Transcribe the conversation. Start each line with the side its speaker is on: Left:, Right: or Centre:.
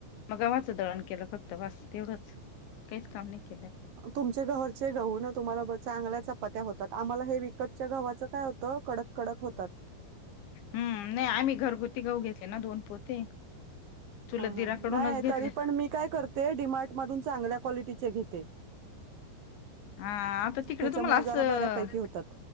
Left: मग गावाचं दळण केलं फक्त वास तेवढंच काहीच काम नाही के
Right: तुमचे घरचे गहू ना तुम्हाला ब चगल्याच्या पत्या होतात आम्हाला हे विकत च्या गव्हाचं काय होतं कडक कडक होतात
Left: हम् नाही आम्ही घरगुती गाऊ घेतले ना दोन पोते चुलत
Right: हा हा
Left: दिराकडूनच
Right: नाही
Left: घेतले
Right: तरी पण मी काय करते डिमार्ट मधून चांगल्या क्वालिटीचे घेते
Left: हा आता तिकडे
Right: त्याच्यामुळे
Left: तुम्हाला
Right: जरा
Left: असं
Right: बऱ्यापैकी होतात